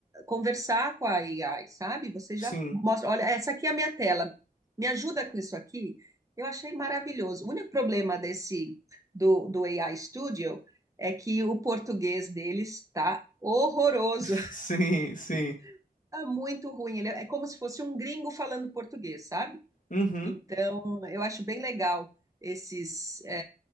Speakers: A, on the right; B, on the left.
A: conversar com a AI, sabe? Você
B: Sim.
A: já mostra, olha, essa aqui é a minha tela, me ajuda com isso aqui. Eu achei maravilhoso. O único problema desse do, do AI Studio é que o português deles está horroroso,
B: <laughs> Sim, sim.
A: <laughs> está muito ruim. Ele é é como se fosse um gringo falando português, sabe?
B: Uhum.
A: Então, eu acho bem legal esses